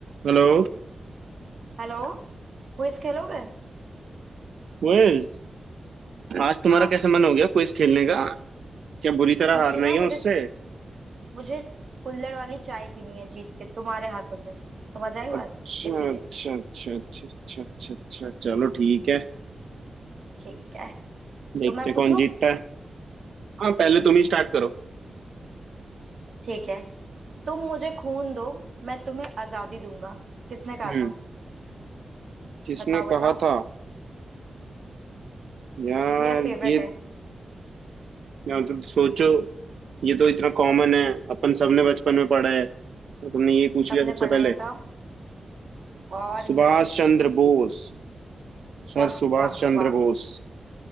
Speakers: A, on the right; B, on the right.
A: Hello
B: Hello Quiz खेलोगे
A: Quiz आज तुम्हारा
B: हाँ
A: कैसे मन हो गया क्विज खेलने का क्या बुरी तरह
B: क्योंकि
A: हारना
B: ना
A: ही
B: मुझे
A: है उससे
B: मुझे कुल्हड़ वाली चाय पीनी है जीत के तुम्हारे हाथों से समझ आई बात
A: अच्छा
B: इसीलिए
A: अच्छा अच्छा अच्छा अच्छा अच्छा अच्छा चलो ठीक है
B: ठीक है
A: देखते
B: तो मैं
A: हैं
B: पूछूं
A: कौन जीतता है हाँ पहले तुम ही स्टार्ट करो
B: ठीक है तुम मुझे खून दो मैं तुम्हें आजादी दूंगा किसने कहा
A: हम्म
B: था
A: किसने
B: बताओ बताओ
A: कहा था यार
B: मेरा फेवरेट
A: ये
B: है
A: यार तुम सोचो ये तो इतना कॉमन है अपन सबने बचपन में पढ़ा है तो तुमने ये पूछ
B: सबने
A: लिया सबसे
B: पढ़ा
A: पहले
B: है बताओ और
A: सुभाष
B: क्या
A: चंद्र बोस सर
B: वाह
A: सुभाष
B: वाह
A: चंद्र
B: वाह
A: बोस